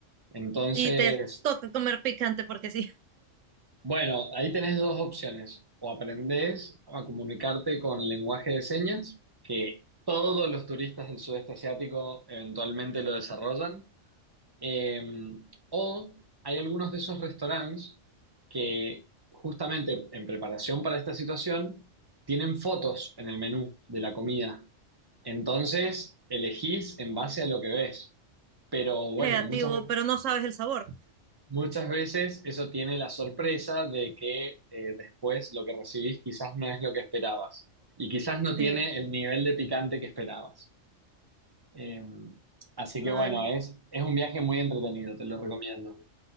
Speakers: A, on the right; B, on the right.
A: Entonces,
B: Y te toca comer picante porque sí, <laughs>
A: bueno, ahí tenés dos opciones. O aprendés a comunicarte con lenguaje de señas, que todos los turistas del sudeste asiático eventualmente lo desarrollan. Eh, o hay algunos de esos restaurantes que justamente en preparación para esta situación tienen fotos en el menú de la comida. Entonces, elegís en base a lo que ves. Pero bueno,
B: creativo,
A: muchas,
B: pero no sabes el sabor.
A: Muchas veces eso tiene la sorpresa de que eh, después lo que recibís quizás no es lo que esperabas y quizás no
B: Sí,
A: tiene el nivel de picante que esperabas. Eh, así
B: vale.
A: que bueno, es, es un viaje muy entretenido, te lo recomiendo.